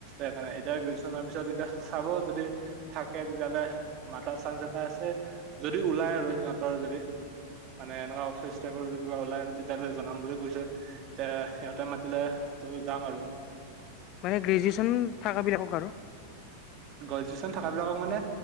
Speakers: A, on the right; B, on the left.
A: এটা এতিয়া গ্ৰেজুৱেশ্যনৰ পিছত এতিয়া চাব। যদি থাকে তেতিয়াহ'লে মাতাৰ চাঞ্চ এটা আছে। যদি ওলাই আৰু সিহঁতৰ যদি মানে এনেকুৱা অফিচ ষ্টাফৰ যদি কিবা ওলাই তেতিয়াহ'লে জনাম বুলি কৈছে, তে সিহঁতে মাতিলে ত' যাম আৰু।
B: মানে গ্ৰেজুৱেশ্যন থকা বিলাকক আৰু?
A: গ্ৰেজুৱেশ্যন থকা বিলাকক মানে